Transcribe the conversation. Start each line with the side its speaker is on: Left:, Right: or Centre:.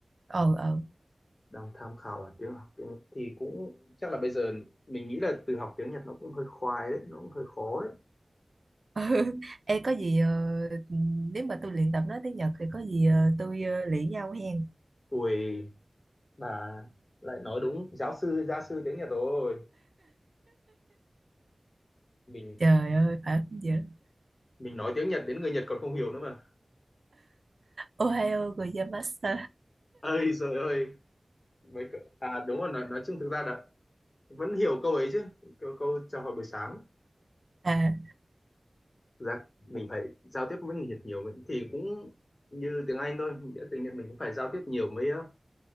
Right: ờ ờ
Left: đang tham khảo ở tiếng học tiếng thì cũng chắc là bây giờ mình nghĩ là từ học tiếng Nhật nó cũng hơi khoai đấy nó cũng hơi khó đấy
Right: ừ <laughs> Ê có gì ờ, nếu mà tôi luyện tập nói tiếng Nhật thì có gì ờ, tôi uh, luyện nhau hen
Left: tuổi bà lại nói đúng giáo sư gia sư tiếng Nhật rồi mình
Right: trời ơi phải không giờ
Left: mình nói tiếng Nhật đến người Nhật còn không hiểu nữa mà
Right: Ohayou gozaimasu
Left: ơi trời ơi mấy cậu- à đúng rồi nói, nói chung thực ra là vẫn hiểu câu ấy chứ câu, câu chào hỏi buổi sáng
Right: à
Left: thực ra mình phải giao tiếp với người Nhật nhiều mình- thì cũng như tiếng Anh thôi nghĩa tiếng Nhật mình cũng phải giao tiếp nhiều mới ờ,